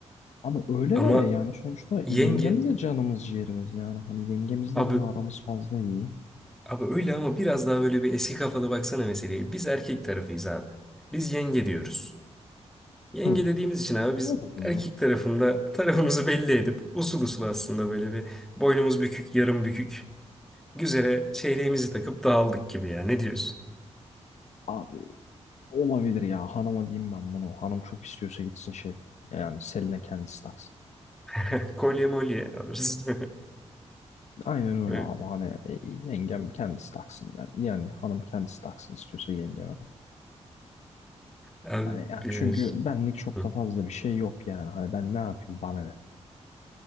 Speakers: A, on the left; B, in the centre.
A: Abi öyle
B: ama
A: de yani sonuçta
B: yenge
A: yengem de canımız ciğerimiz yani. Hani yengemizden
B: abi
A: de aramız fazla iyi.
B: abi öyle ama biraz daha böyle bir eski kafalı baksana meseleye. Biz erkek tarafıyız abi. Biz yenge diyoruz. Yenge
A: Hı.
B: dediğimiz için abi biz
A: O da doğru.
B: erkek tarafında tarafımızı belli edip usul usul aslında böyle bir boynumuz bükük yarım bükük güzere çeyreğimizi takıp dağıldık gibi ya ne diyorsun?
A: Abi olabilir ya hanıma diyeyim ben bunu. Hanım çok istiyorsa gitsin şey. Yani Selin'e kendisi taksın.
B: <laughs> Kolye molye alırız.
A: Aynen öyle
B: <laughs>
A: abi hani e, yengem kendisi taksın. Yani, yani hanım kendisi taksın istiyorsa yengeme.
B: Abi,
A: Hani ya
B: e,
A: çünkü benlik çok
B: hı.
A: da fazla bir şey yok yani. Hani ben ne yapayım bana ne.